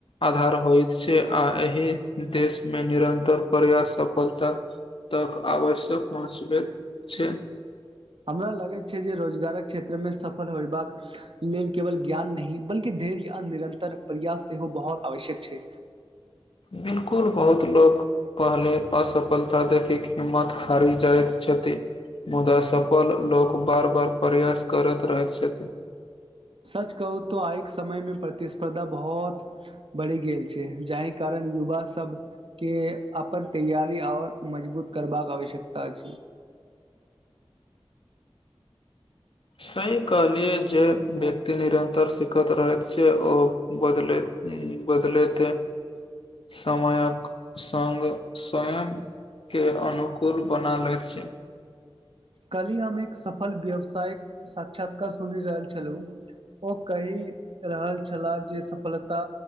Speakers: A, on the left; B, on the right.
A: आधार होइत छै आ एहि देशमे निरन्तर पर्याप्त सफलता तक आवश्यक पाँच बेल छै
B: हमरा लगैत छै जे रोजगारक क्षेत्रमे सफल होयबाक लेल केवल ज्ञान नहि बल्कि धैर्य आ निरन्तर प्रयास सेहो बहुत आवश्यक छै
A: बिलकुल बहुत लोक पहले असफलता देखी हिम्मत हारी जायत छथि मुद्दा सफल लोक बार बार प्रयास करैत रहैत छथि
B: सच कहू तऽ आइके समयमे प्रतिस्पर्धा बहुत बढ़ि गेल छै जाहि कारण युवा सब के अपन तैयारी आऔर मजबूत करबाक आवश्यकता अछि
A: सही कहलिय जे व्यक्ति निरन्तर सिखैत रहैत छै ओ बदले ह बदलैत समयक संग समयक के अनुकूल बना लैत छै
B: कल्हि हम एक सफल व्यावसायिक साक्षात्कार सुनि रहल छलहुँ ओ कहि रहल छलाह जे सफलता